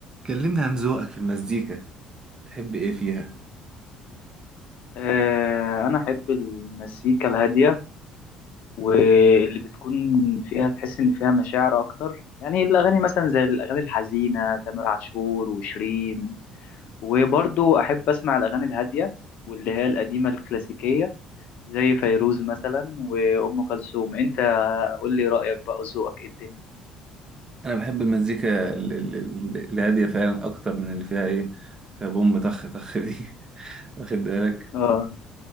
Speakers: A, on the right (about 30°); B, on the left (about 65°).
A: كلمني عن ذوقك في المزيكا تحب ايه فيها
B: آه، أنا أحب المزيكا الهادية واللي بتكون فيها تحس إن فيها مشاعر أكتر يعني الأغاني مثلا زي الأغاني الحزينة تامر عاشور وشيرين وبرضو أحب أسمع الأغاني الهادية واللي هي القديمة الكلاسيكية زي فيروز مثلا وأم كلثوم أنت قول لي رأيك بقى وذوقك إيه الدنيا
A: انا بحب المزيكا ال- ال- ال- الهاديه فعلا اكتر من اللي فيها ايه فيها بوم طخ طخ دي <laughs> واخد بالك
B: اه